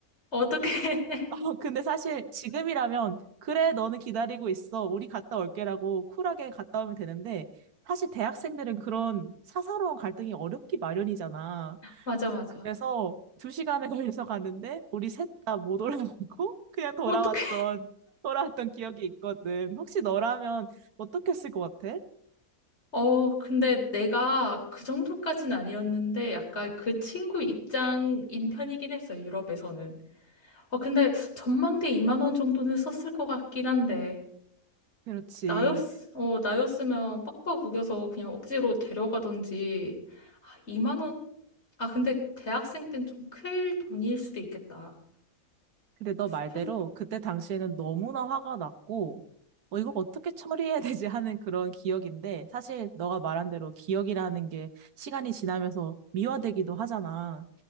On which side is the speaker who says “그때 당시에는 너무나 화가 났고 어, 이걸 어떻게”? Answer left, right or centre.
Right